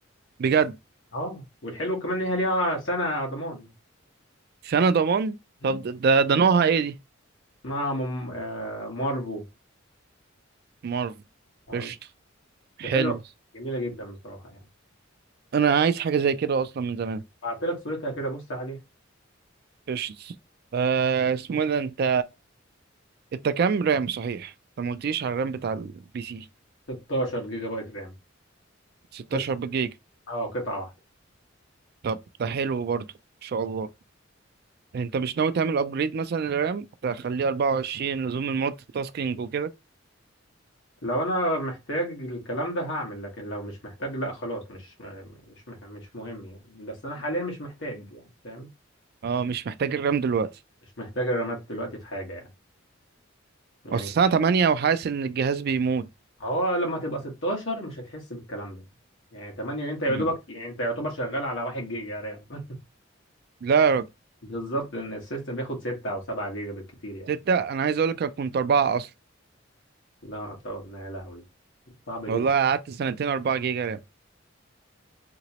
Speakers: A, on the right; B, on the left.
A: بجد
B: اه والحلو كمان ليها ليها سنة ضمان
A: سنه ضمان
B: مم.
A: طب ده ده ده نوعها ايه دي
B: اسمها مم... آه مارفو
A: مارفل
B: مارفو
A: قشطه حلو
B: ده حلو جميلة جدا بصراحة يعني
A: انا عايز حاجه زي كده اصلا من زمان
B: بعت لك صورتها كده بص عليها
A: قشطه آه اسمه إيه ده انت انت كام رام صحيح انت ما قلتيش على الرام بتاع البي سي
B: 16 جيجا بايت رام
A: 16
B: قط...
A: جيجا
B: اه قطعة واحدة
A: طب ده حلو برضو ان شاء الله انت مش ناوي تعمل ابجريد مثلا للرام تخليه 24 لزوم المالتي تاسكينج وكده
B: لو انا محتاج الكلام ده هعمل لكن لو مش محتاج لا خلاص مش م- مش مح... مش مهم يعني بس انا حاليا مش محتاج يعني فاهم
A: اه مش محتاج الرام دلوقتي
B: مش محتاج الرامات دلوقتي في حاجة يعني يعني
A: اصل الساعه 8 وحاسس ان الجهاز بيموت
B: هو لما تبقى 16 مش هتحس بالكلام ده يعني 8 انت يا
A: مم.
B: دوبك يعني انت يعتبر شغال على 1 جيجا رام <laughs>
A: لا يا راجل
B: بالظبط لان السيستم بياخد 6 او 7 جيجا بالكتير يعني
A: ستة انا عايز اقول لك أنا كنت اربعة اصلا
B: لا طبعا يا لهوي صعب جدا
A: والله قعدت سنتين 4 جيجا رام